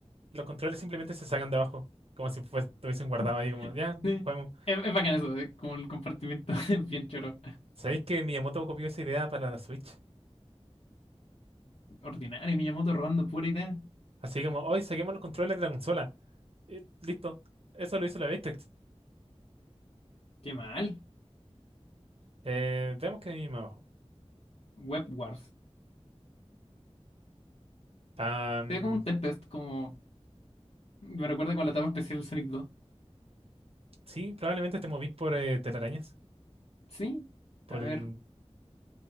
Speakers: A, on the right; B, on the left.
A: los controles simplemente se sacan de abajo? Como si fues- estuviesen guardados
B: <laughs>
A: ahí, como, ya,
B: Sí.
A: juguemos.
B: Es, es bacán eso, eh, como el compartimiento <laughs> es bien choro.
A: ¿Sabéis que Miyamoto copió esa idea para la Switch?
B: Ordinario, Miyamoto robando pura idea.
A: Así como, hoy saquemos los controles de la consola. Eh, listo. Eso lo hizo la Victrix.
B: Qué mal.
A: Eh, veamos qué hay más abajo.
B: Web Wars.
A: Ah, mm,
B: Se ve como un Tempest, como. Me recuerda con la etapa especial del Sonic 2.
A: sí, probablemente te movís por eh, telarañas.
B: Sí.
A: Por
B: A ver,
A: el